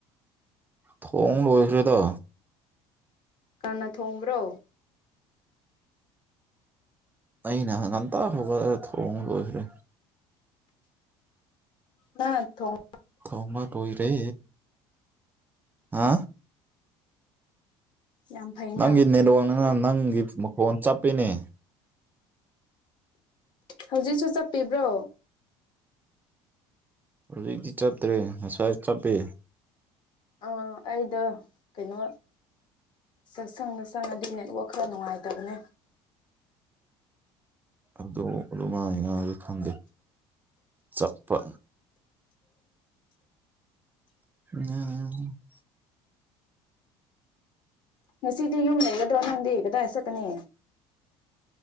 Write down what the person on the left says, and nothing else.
ꯀꯅ ꯊꯣꯡꯕ꯭ꯔꯣ
ꯅ ꯊꯣ
ꯌꯥꯝ ꯐꯩꯅ
ꯍꯧꯖꯤꯛꯁꯨ ꯆꯠꯄꯤꯕ꯭ꯔꯣ
ꯑꯣ ꯑꯩꯗꯣ ꯀꯩꯅꯣ ꯁꯥ ꯁꯪꯗ ꯁꯪꯉꯗꯤ ꯅꯦꯠꯋꯥꯛ ꯈꯔ ꯅꯨꯡꯉꯥꯏꯇꯕꯅꯦ
ꯉꯁꯤꯗꯤ ꯌꯨꯝ ꯂꯩꯒꯥꯗ꯭ꯔꯣ ꯅꯪꯗꯤ ꯀꯗꯥꯏ ꯆꯠꯀꯥꯅꯤ